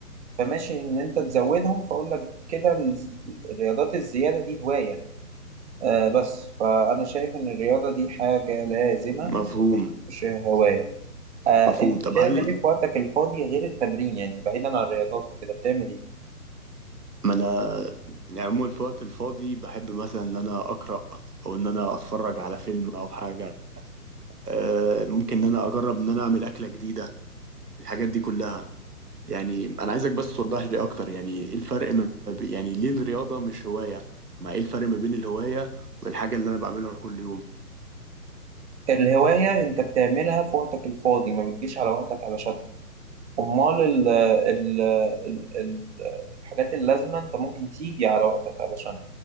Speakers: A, on the right (about 45°); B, on the right (about 80°).
A: فماشي إن أنت تزودهم فأقول لك كده الز- الرياضات الزيادة دي هواية آه بس فأنا شايف إن الرياضة دي حاجة لازمة
B: مفهوم
A: مش هواية آه
B: مفهوم
A: أنت
B: طب
A: بتعمل
B: هل
A: إيه في وقتك الفاضي غير التمرين يعني بعيدا عن الرياضات وكده بتعمل إيه؟
B: ما انا يعني عموما في الوقت الفاضي بحب مثلا ان انا اقرا او ان انا اتفرج على فيلم او حاجه أه ممكن ان انا اجرب ان انا اعمل اكله جديده الحاجات دي كلها يعني انا عايزك بس توضح لي اكتر يعني ايه الفرق ما بي- يعني ليه الرياضه مش هوايه ما ايه الفرق ما بين الهوايه والحاجه اللي انا بعملها كل يوم
A: الهواية أنت بتعملها في وقتك الفاضي ما بتجيش على وقتك علشان أمال ال ال ال ال الحاجات اللازمة أنت ممكن تيجي على وقتك علشان